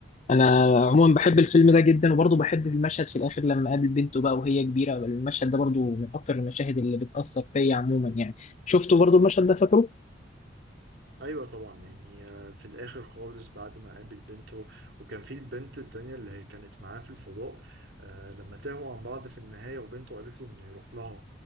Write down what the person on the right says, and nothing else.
ايوه طبعا يعني آه، في الاخر خالص بعد ما قابل بنته وكان في البنت التانية اللي هي كانت معاه في الفضاء آه، لما تاهوا عن بعض في النهاية وبنته قالت له انه يروح لها